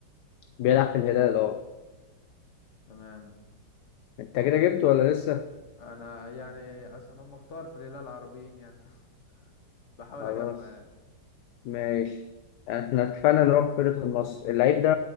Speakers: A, on the left (about 70°); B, on the left (about 40°).
A: بيلعب في الهلال اه
B: تمام
A: انت كده جبته ولا لسه
B: انا يعني اصلا هم كتار في الهلال العربيين يعني <laughs> بحاول
A: خلاص
B: اجمع يعني
A: ماشي احنا اتفقنا ان هو في فرقة النصر اللعيب ده